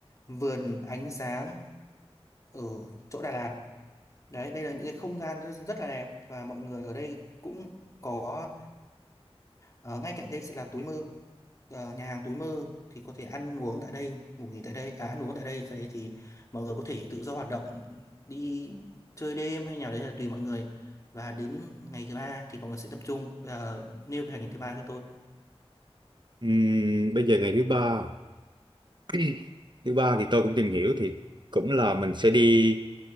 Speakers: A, on the left; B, on the right.
A: vườn ánh sáng ở chỗ Đà Lạt đấy đây là những cái không gian rất, rất là đẹp và mọi người ở đây cũng có Ờ, ngay cạnh đây sẽ là túi mơ Ờ, nhà hàng túi mơ thì có thể ăn uống tại đây ngủ nghỉ tại đây à, ăn uống tại đây sau đấy thì mọi người có thể tự do hoạt động đi chơi đêm hay nào đấy là tùy mọi người và đến ngày thứ ba thì mọi người sẽ tập trung Bây giờ nêu cái ngày thứ ba cho tôi
B: Ừm, bây giờ ngày thứ ba <coughs> <clears throat> thứ ba thì tôi cũng tìm hiểu thì cũng là mình sẽ đi